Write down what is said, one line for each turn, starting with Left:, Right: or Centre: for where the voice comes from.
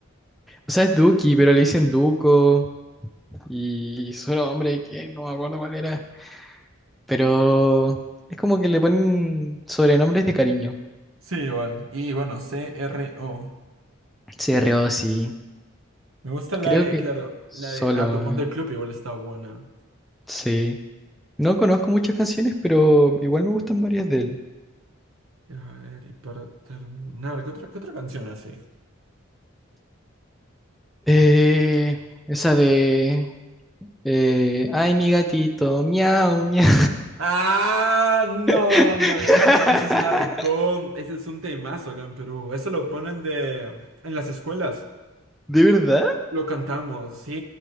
Centre: O sea, es Duki, pero le dicen Duco. Y su nombre, que no me acuerdo cuál era. Pero es como que le ponen sobrenombres de cariño.
Right: Sí, igual. Y bueno, C-R-O.
Centre: Se reó, sí.
Right: Me gusta la
Centre: Creo
Right: de,
Centre: que
Right: claro,
Centre: solo,
Right: la de Ah, Tumón
Centre: eh,
Right: del Club igual está buena.
Centre: sí. No conozco muchas canciones, pero igual me gustan varias de él.
Right: A ver, y para terminar, ¿qué otra, qué otra canción así?
Centre: Eh, esa de... eh, Ay, mi gatito, miau, miau.
Right: Ah, no,
Centre: <laughs>
Right: no, esa es, esa es una recon, ese es un temazo acá en Perú. Eso lo ponen de, en las escuelas.
Centre: ¿De verdad?
Right: Lo cantamos, sí.